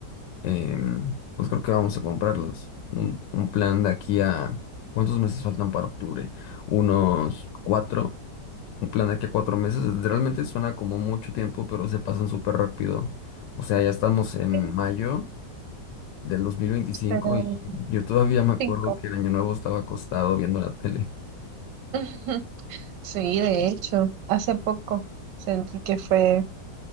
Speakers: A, on the left; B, on the right.
A: em, pues creo que vamos a comprarlos. Un, un plan de aquí a... ¿Cuántos meses faltan para octubre? Unos cuatro. Un plan de aquí a cuatro meses realmente suena como mucho tiempo, pero se pasan súper rápido. O sea, ya estamos en
B: Sí,
A: mayo del 2025
B: pero
A: y yo todavía me acuerdo
B: cinco.
A: que el año nuevo estaba acostado viendo la tele.
B: <laughs> Ujú. Sí, de hecho, hace poco sentí que fue